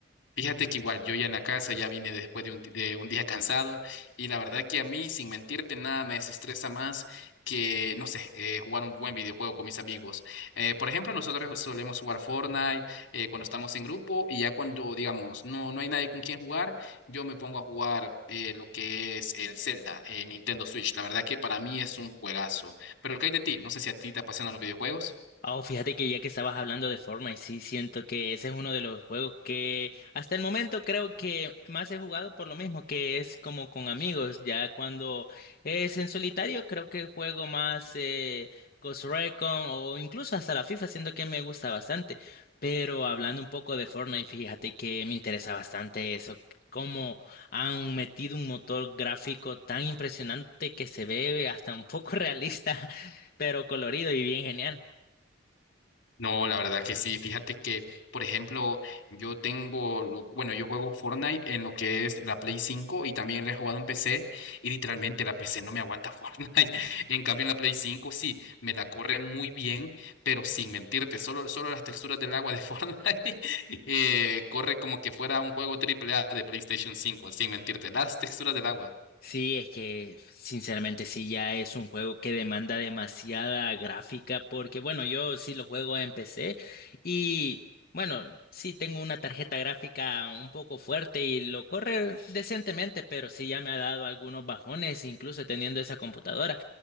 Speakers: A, on the left; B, on the left.
A: Fíjate que igual yo ya en la casa, ya vine después de un, di- de un día cansado y la verdad que a mí, sin mentirte, nada me desestresa más que, no sé, eh, jugar un buen videojuego con mis amigos. Eh, por ejemplo, nosotros solemos jugar Fortnite eh, cuando estamos en grupo y ya cuando, digamos, no, no hay nadie con quien jugar, yo me pongo a jugar eh, lo que es el Zelda en Nintendo Switch. La verdad que para mí es un juegazo. Pero ¿qué hay de ti? No sé si a ti te apasionan los videojuegos.
B: Oh, fíjate que ya que estabas hablando de Fortnite, sí siento que ese es uno de los juegos que hasta el momento creo que más he jugado por lo mismo, que es como con amigos. Ya cuando es en solitario, creo que juego más eh, Ghost Recon o incluso hasta la FIFA, siento que me gusta bastante. Pero hablando un poco de Fortnite, fíjate que me interesa bastante eso. cómo han metido un motor gráfico tan impresionante que se ve hasta un poco <laughs> realista, pero colorido y bien genial.
A: No, la verdad que sí. Fíjate que, por ejemplo, yo tengo, lo- bueno, yo juego Fortnite en lo que es la Play cinco y también la he jugado en PC y literalmente la PC no me aguanta <laughs> Fortnite. En cambio, en la Play cinco sí, me la corre muy bien, pero sin mentirte, solo, solo las texturas del agua de Fortnite <laughs> eh, corre como que fuera un juego triple A de PlayStation 5, sin mentirte, las texturas del agua.
B: Sí, es que sinceramente sí, ya es un juego que demanda demasiada gráfica porque bueno, yo sí lo juego en PC y bueno, sí tengo una tarjeta gráfica un poco fuerte y lo corre decentemente, pero sí ya me ha dado algunos bajones, incluso teniendo esa computadora.